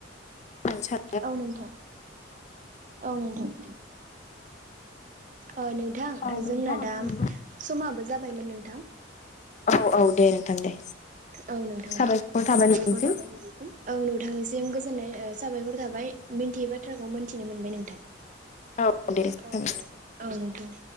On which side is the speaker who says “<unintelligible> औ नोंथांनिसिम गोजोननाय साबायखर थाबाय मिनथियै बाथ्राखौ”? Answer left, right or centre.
Right